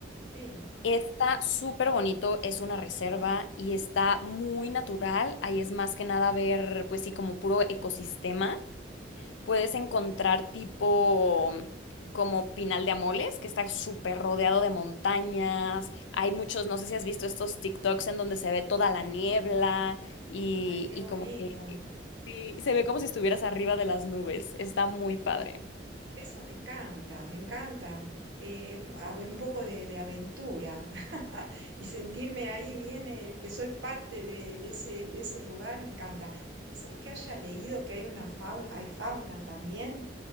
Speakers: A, on the right; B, on the left.
A: Sí,
B: Está súper bonito, es una reserva y está muy natural. Ahí es más que nada ver, pues sí, como puro ecosistema. Puedes encontrar tipo como Pinal de Amoles, que está súper rodeado de montañas. Hay muchos, no sé si has visto estos TikToks en donde se ve toda la niebla y,
A: ay, qué
B: y
A: bonito.
B: como que y se ve como si estuvieras arriba de las nubes. Está muy padre.
A: Eso me encanta, me encanta. Eh, eh, a- un poco de de aventura. <laughs> y sentirme ahí bien, eh, que soy parte de, de ese, de ese lugar, me encanta. Ser que haya leído que hay una fauna, hay fauna también,